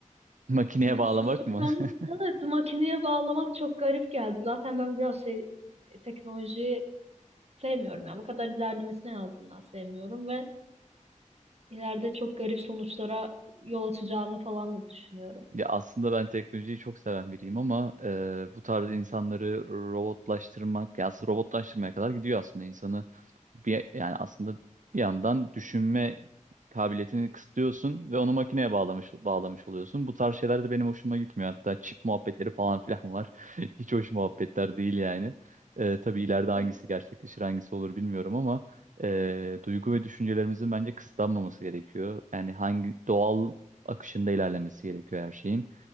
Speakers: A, on the right; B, on the right.
A: <laughs> makineye
B: <laughs> mutsuzluktan
A: bağlamak mı? <laughs>
B: evet makineye bağlamak çok garip geldi. Zaten ben biraz şey teknolojiyi sevmiyorum ya bu kadar ilerlemesine en azından sevmiyorum ve ileride çok garip sonuçlara yol açacağını falan da düşünüyorum.
A: Ya aslında ben teknolojiyi çok seven biriyim ama e, bu tarz insanları robotlaştırmak, ya aslında robotlaştırmaya kadar gidiyor aslında insanı. Bir, yani aslında bir yandan düşünme kabiliyetini kısıtlıyorsun ve onu makineye bağlamış bağlamış oluyorsun. Bu tarz şeyler de benim hoşuma gitmiyor. Hatta çip muhabbetleri falan filan var. <laughs> Hiç hoş muhabbetler değil yani. E, tabii ileride hangisi
B: Ya,
A: gerçekleşir, hangisi olur bilmiyorum ama e, duygu ve düşüncelerimizin bence kısıtlanmaması gerekiyor. Yani hangi doğal akışında ilerlemesi gerekiyor her şeyin.